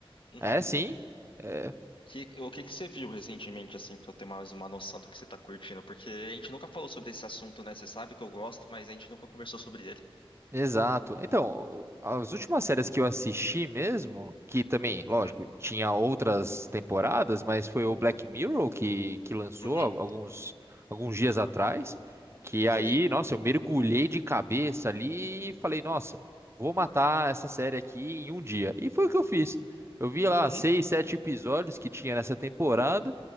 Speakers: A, on the left (about 60°); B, on the right (about 25°).
A: Uhum.
B: É, sim. é,
A: Que, o que que você viu recentemente, assim, pra eu ter mais uma noção do que você tá curtindo? Porque a gente nunca falou sobre esse assunto, né? Você sabe que eu gosto, mas a gente nunca conversou sobre ele.
B: Exato. Então, as últimas séries que eu assisti mesmo, que também, lógico,
A: Uhum.
B: tinha outras temporadas, mas foi o Black Mirror que, que lançou
A: Uhum.
B: al- alguns, alguns dias atrás, que
A: Sei.
B: aí, nossa, eu mergulhei de cabeça ali e falei, nossa, vou matar essa série aqui em um dia. E foi o que eu fiz. Eu vi lá
A: Uhum.
B: seis, sete episódios que tinha nessa temporada,